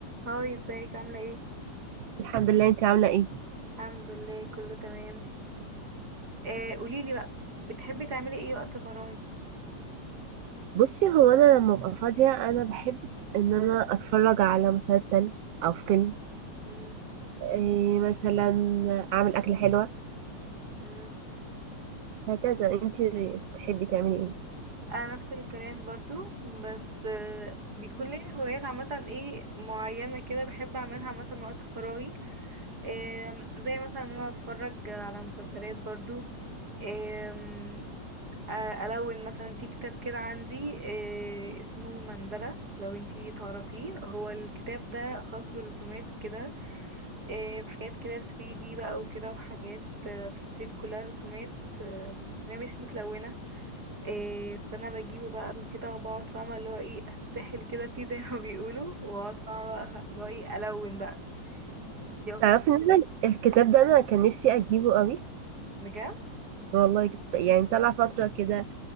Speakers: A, on the right; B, on the right.
A: هاي ازيك عاملة ايه؟
B: الحمد لله انت عامله ايه
A: الحمد لله كله تمام آه قوليلي بقى بتحبي تعملي ايه وقت فراغك؟
B: بصي هو انا لما ابقى فاضيه انا بحب ان انا اتفرج على مسلسل او فيلم
A: مم،
B: إيه مثلا اعمل اكله حلوه
A: مم.
B: هكذا انت بتحبي تعملي ايه
A: انا نفس الكلام برضو بس آه بيكون لي هوايات عامة ايه معينة كده بحب اعملها عامة وقت فراغي آه زي مثلا ان انا اتفرج على مسلسلات برضو آه الون مثلا في كتاب كده عندي آه اسمه مندلة لو انتي تعرفيه هو الكتاب ده خاص بالرسومات كده آه، بحاجات كده 3D بقى وكده وحاجات آه، تفاصيل كلها رسومات آه، هي مش متلونة آه، فأنا بجيبه بقى وكده وبقعد فاهمة اللي هو ايه أتسحل كده فيه زي ما <laughs> بيقولوا وأقعد فاهمة بقى اللي هو ايه ألون بقى دي أكتر
B: تعرفي
A: حاجة
B: ان انا الكتاب ده انا كان نفسي اجيبه قوي
A: بجد
B: والله كت- يعني طلع فتره كده